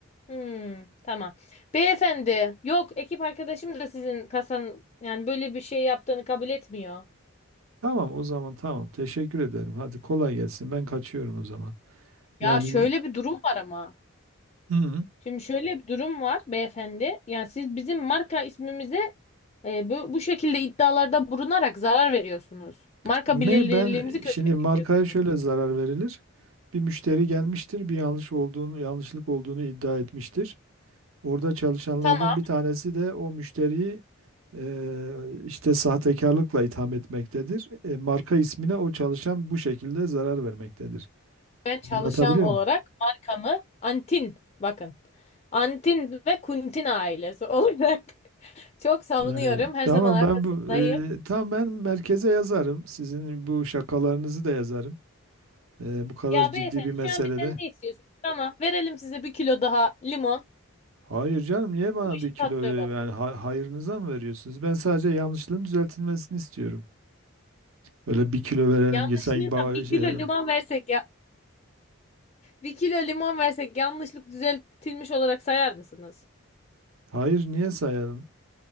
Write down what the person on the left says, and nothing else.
Hmm, tamam. Beyefendi, yok ekip arkadaşım da sizin kasanın yani böyle bir şey yaptığını kabul etmiyor.
Ya şöyle bir durum var ama.
Şimdi şöyle bir durum var beyefendi. Yani siz bizim marka ismimize e, bu, bu şekilde iddialarda bulunarak zarar veriyorsunuz. Marka
bilinirliğimizi
kötüye
çekiyorsunuz.
Tamam.
ve çalışan
olarak
markamı Antin bakın. Antin ve Kuntin ailesi olarak <laughs> çok savunuyorum.
Her
zaman arkasındayım.
Ya
beyefendi
şu an bizden ne istiyorsunuz? Tamam verelim size bir kilo daha limon.
şu
Tatlı
balık.
Yanlışlıkla
bir
kilo limon versek ya. Bir kilo limon versek yanlışlık düzeltilmiş olarak sayar mısınız?